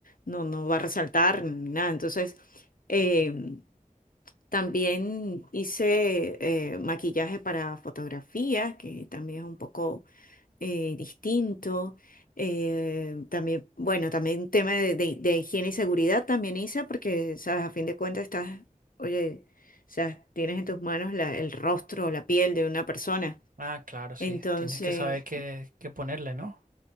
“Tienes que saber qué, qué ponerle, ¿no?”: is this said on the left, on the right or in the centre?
Right